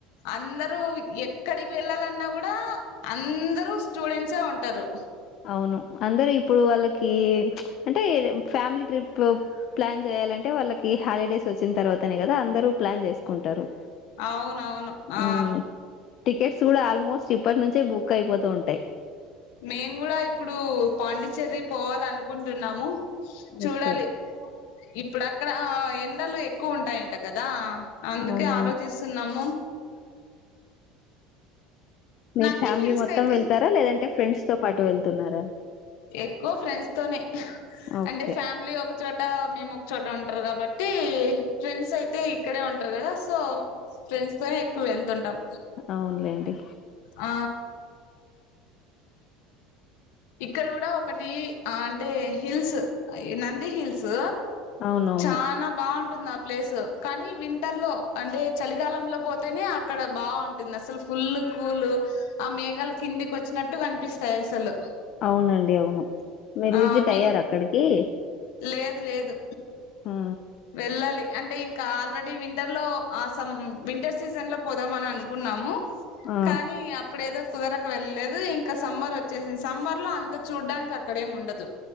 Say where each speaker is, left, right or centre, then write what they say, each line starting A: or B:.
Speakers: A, on the left; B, on the left.
A: అందరూ ఎక్కడికి వెళ్ళాలన్నా కూడా అందరూ స్టూడెంట్సే ఉంటారు
B: అవును అందరూ ఇప్పుడు వాళ్ళకి అంటే ఫ్యామిలీ ట్రిప్ ప్లాన్ చేయాలంటే వాళ్ళకి హాలిడేస్ వచ్చిన తర్వాతనే కదా అందరూ ప్లాన్ చేసుకుంటారు
A: అవునవును ఆ
B: ఉమ్ టికెట్స్ కూడా ఆల్మోస్ట్ ఇప్పటి నుంచే బుక్ ఐపోతూ ఉంటాయి
A: నేను కూడా ఇప్పుడు పాండిచ్చెర్రి పోవాలనుకుంటున్నాము చూడాలి
B: ఓకే
A: ఇప్పుడక్కడ ఎ ఎండలు ఎక్కువ ఉంటాయంట కదా అందుకే
B: అవునవును
A: ఆలోచిస్తున్నాము
B: మీరు
A: నంది
B: ఫ్యామిలీ
A: హిల్స్
B: మొత్తం
A: కయితే
B: వెళ్తారా లేదంటే ఫ్రెండ్స్ తో పాటు వెళ్తున్నారా
A: ఎక్కువ ఫ్రెండ్స్ తోనే
B: ఓకే
A: అంటే ఫ్యామిలీ ఒక చోట మేం ఒక చోట ఉంటరు కాబట్టి ఫ్రెండ్స్ అయితే ఇక్కడే ఉంటరు కదా సో ఫ్రెండ్స్ తోనే ఎక్కువ వెళ్తుంటాం
B: అవునులేండి
A: ఆ ఇక్కడ కూడా ఒకటి అంటే హిల్స్ ఈ నంది హిల్స్
B: అవునవును
A: చనా బావుంటుందా ప్లేసు కానీ వింటర్ లో అంటే చలికాలంలో పోతేనే అక్కడ బావుంటుంది అసలు ఫుల్ కూలు ఆ మేఘాలు కిందికి వచ్చినట్టు కనిపిస్తాయి అసలు
B: అవునండి అవును మీరు
A: ఆ
B: విజిట్
A: మీ
B: అయ్యార అక్కడికి
A: లేదు లేదు
B: ఆ
A: వెళ్ళాలి అంటే ఇంకా ఆల్రెడీ వింటర్ లో ఆ సమ్ వింటర్ సీజన్ లో పోదాం అని అనుకున్నాము
B: ఆ
A: కానీ అప్పుడేదో కుదరక వెళ్ళలేదు ఇంకా సమ్మర్ వచ్చేసింది సమ్మర్ లో అంత చూడ్డానికి అక్కడేం ఉండదు